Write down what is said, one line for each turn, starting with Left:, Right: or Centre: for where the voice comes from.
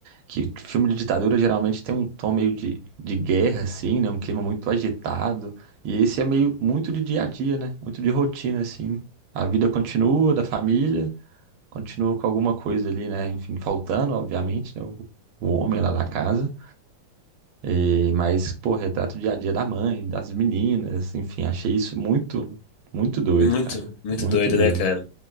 Right: que filme de ditadura geralmente tem um tom meio de, de guerra, assim, né, um clima muito agitado, e esse é meio muito de dia a dia, né, muito de rotina, assim, a vida continua da família, Continua com alguma coisa ali, né? Enfim, faltando, obviamente, né? O, o homem lá da casa. E- mas, pô, retrata o dia a dia da mãe, das meninas, enfim, achei isso muito, muito doido,
Left: Muito,
Right: cara.
Left: muito
Right: Muito
Left: doido,
Right: doido.
Left: né, cara?